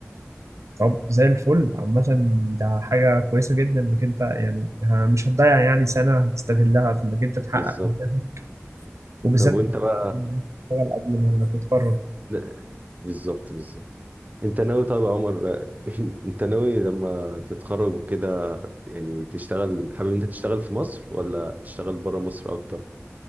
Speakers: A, on the right; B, on the right.
A: طب زي الفل عامة ده حاجة كويسة جدا انك انت يعني ه- مش هتضيع يعني سنة هتستغلها في انك انت تحقق
B: بالظبط
A: أهدافك وبالذات
B: طب وانت
A: إنك
B: بقى
A: تشتغل قبل ما تتخرج
B: لا، بالظبط بالظبط انت ناوي طيب يا عمر <laughs> انت ناوي لما تتخرج وكده يعني تشتغل حابب انت تشتغل في مصر ولا تشتغل بره مصر اكتر